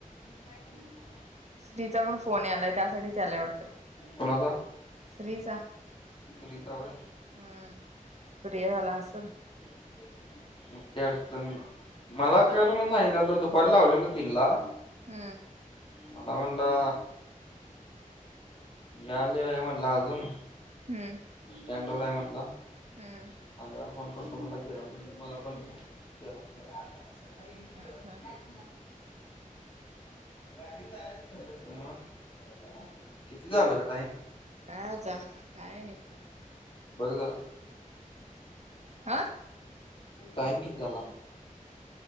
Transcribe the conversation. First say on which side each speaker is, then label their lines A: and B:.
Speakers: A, on the left; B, on the right.
A: मी काय काय म्हणत.
B: श्रीचा पण फोन यालाय त्यासाठी यायला वाटतं
A: कोणाचा?
B: श्रीचा
A: श्रींचा होय.
B: हम्म फ्री झाला असल.
A: <unintelligible> मोठी अडचण. मला कर म्हणून सांगितलेलं, तर दुपारी लावलेलं तीन ला.
B: हम्.
A: मला म्हणला यायला वेळ आहे, म्हणला अजून.
B: हम्म्.
A: स्टँड वर आहे म्हंटला.
B: हम्.
A: आल्यावर फोन करतो म्हणला, केलाच नाही. मला पण केला. <unintelligible>
B: हा हा
A: हा ना. मग, किती झालं ग टाईम?
B: काय आता? काय नाही?
A: बघ जरा,
B: हा
A: टाइम किती झाला?